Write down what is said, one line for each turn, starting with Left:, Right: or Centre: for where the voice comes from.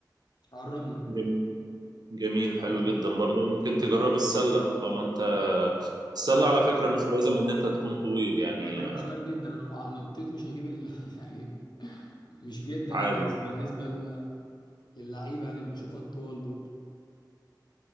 Left: على الرمله
Right: جميل جميل
Left: اه
Right: حلو جدا برضه ممكن تجرب السلة طالما انت السلة
Left: مع-
Right: على فكرة مش لازم ان انت تكون طويل يعني
Left: لا ده انا
Right: آه،
Left: صغير جدا انا مع- نطيت مش هجيب ال... <laughs> يعني مش جدا
Right: عادي
Left: يعني بس بالنسبه لل- للعيبه يعني اللي بشوفها الطوال دول